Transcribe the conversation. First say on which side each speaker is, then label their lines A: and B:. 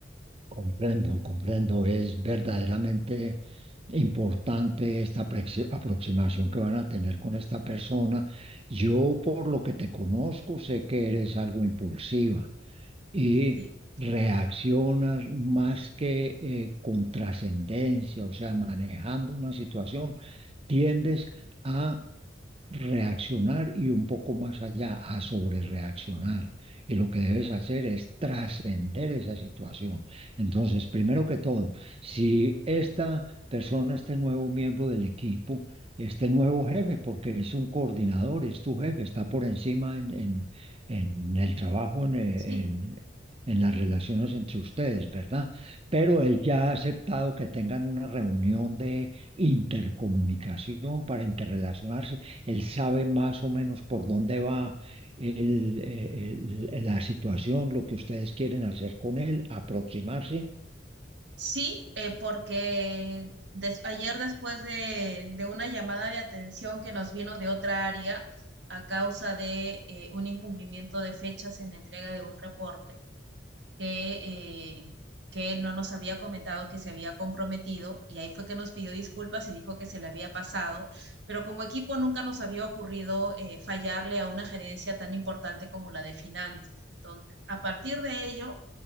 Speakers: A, on the right; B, on the right.
A: Comprendo, comprendo. Es verdaderamente importante esta aproxi- aproximación que van a tener con esta persona. Yo, por lo que te conozco, sé que eres algo impulsiva y
B: Sí.
A: reaccionas más que eh, con trascendencia, o sea, manejando una situación, tiendes a reaccionar y un poco más allá a sobrereaccionar. Y lo que debes hacer es trascender esa situación. Entonces, primero que todo, si esta persona, este nuevo miembro del equipo, este nuevo jefe, porque es un coordinador, es tu jefe, está por encima en, en, en el trabajo, en, en,
B: Sí.
A: en las relaciones entre ustedes, ¿verdad? Pero él ya ha aceptado que tengan una reunión de intercomunicación para interrelacionarse él sabe más o menos por dónde va el- el- el- la situación, lo que ustedes quieren hacer con él, aproximarse
B: Sí, eh, porque des- ayer después de, de una llamada de atención que nos vino de otra área a causa de eh, un incumplimiento de fechas en la entrega de un reporte que, eh, que él no nos había comentado que se había comprometido y ahí fue que nos pidió disculpas y dijo que se le había pasado, pero como equipo nunca nos había ocurrido eh, fallarle a una gerencia tan importante como la de finanzas. Entonces, a partir de ello